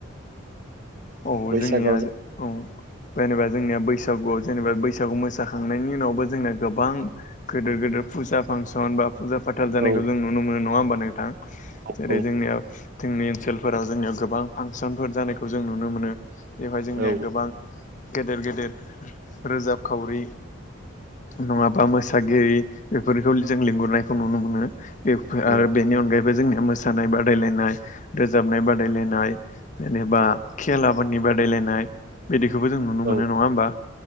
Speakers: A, on the left (about 35°); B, on the right (about 45°).
A: औ
B: बैसागोआव
A: जोंनिया
B: जों
A: औ जेनेबा जोंनिया बैसागुआव जेनेबा बैसागु मोसाखांनायनि उनावबो जोंना गोबां गोदिर गोदिर फुजा फांसन बा फुजा फाथाल जानायखौ
B: औ
A: जों नुनो मोनो नङा होमबा नोंथां?
B: औ
A: जेरै जोंनियाव जोंनि ओनसोलफोराव जोंनियाव गोबां फांसनफोर जानायखौ जों नुनो मोनो। बेवहाय
B: औ
A: जोंनिया गोबां गेदेर गेदेर रोजाब खावरि नङाबा मोसागिरि बेफोरखौ जों लिंहुरनायखौ नुनो मोनो। बेफोर
B: औ
A: आरो बेनि अनगायैबो जोंनिया मोसानाय मोसानाय बादायलायनाय रोजाबनाय बादायलायनाय जेनेबा खेल आबादनि बादायलायनाय बिदिखौबो जों नुनो
B: औ
A: मोनो नङा होमबा?